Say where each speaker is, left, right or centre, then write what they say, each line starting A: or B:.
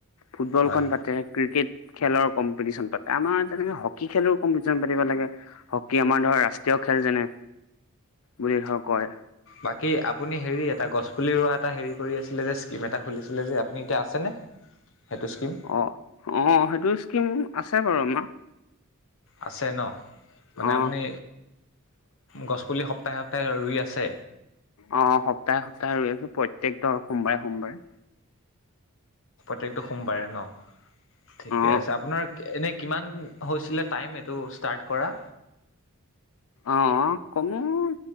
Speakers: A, on the left; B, on the left.
A: ফুটবলখন
B: হয়
A: পাতে ক্ৰিকেট খেলৰ কম্পিটিশন পাতে আমাৰ তেনেকে কি খেলো কম্পিটিচন পাতিব লাগে হকী আমাৰ ধৰা ৰাষ্ট্ৰীয় খেল যেনে বুলি ধৰ কয়
B: বাকী আপুনি হেৰি এটা গছপুলি ৰোৱা এটা হে কৰি আছিলে যে স্কিম এটা খুলিছিলে যে আপুনি এতিয়া আছেনে
A: <inaudible>
B: সেইটো স্কিম
A: অ অ সেইটো স্কিম আছে বাৰু আমাৰ
B: আছে ন মানে
A: অ
B: আপুনি গছপুলি সপ্তাহে সপ্তাহে ৰুই আছে
A: অ সপ্তাহে সপ্তাহে ৰুই আছো প্ৰত্যেক ধৰ সোমবাৰে সোমবাৰে
B: প্ৰত্যেকটো সোমবাৰে ন ঠিকে
A: অ
B: আছে আপোনাৰ এনে কিমান হৈছিলে টাইম এইটো ষ্টাৰ্ট কৰা
A: অ অঁ কমেও